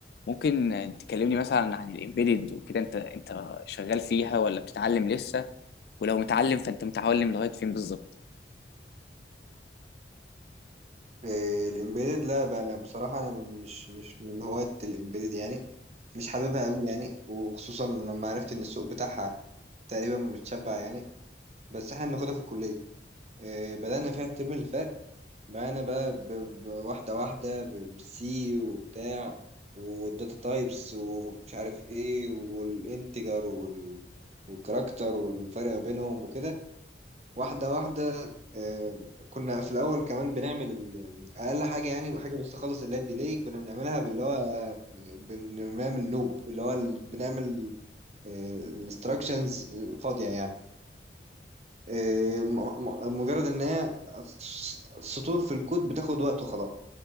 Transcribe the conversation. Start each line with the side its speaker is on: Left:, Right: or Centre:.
Left: ممكن تكلمني مثلا عن الامبيدد وكده انت انت شغال فيها ولا بتتعلم لسه ولو متعلم فانت متعلم لغايه فين بالظبط
Right: إيه، الامبيدد لا ب- بصراحة أنا مش مش من هواة الامبيدد يعني مش حاببها أوي يعني وخصوصا لما عرفت إن السوق بتاعها تقريبا متشبع يعني بس إحنا بناخدها في الكلية إيه، بدأنا فيها الترم اللي فات بدأنا بقى ب- ب- واحدة واحدة بالسي وبتاع والداتا تايبس ومش عارف إيه والانتجر وال والكاركتر والفرق ما بينهم وكده واحدة واحدة آه، كنا في الأول كمان بنعمل ال- أقل حاجة يعني حاجة بس تخلص اللي هي الديلي كنا بنعملها باللي هو بنعمل نوب اللي هو ال- بنعمل انستراكشنز فاضية يعني آه، م- م- مجرد إن هي س- سطور في الكود بتاخد وقت وخلاص